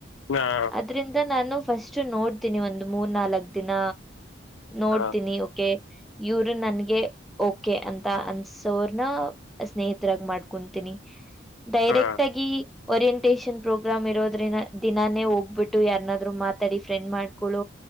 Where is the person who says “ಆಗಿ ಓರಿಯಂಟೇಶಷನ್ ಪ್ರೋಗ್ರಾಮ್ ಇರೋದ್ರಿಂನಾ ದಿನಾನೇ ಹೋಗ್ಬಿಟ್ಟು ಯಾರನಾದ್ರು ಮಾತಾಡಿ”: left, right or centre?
Centre